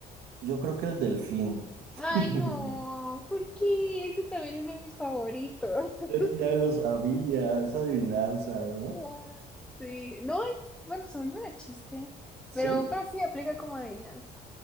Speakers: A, on the right (about 80°); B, in the centre.
A: Yo creo que el delfín.
B: Ay,
A: <laughs>
B: no, ¿por qué? Ese también es de mis favoritos. <laughs>
A: Ya lo sabía, es adivinanza, ¿no?
B: Ah, sí, no es, bueno, según yo era chiste,
A: Sí,
B: pero, pero sí aplica como adivinanza.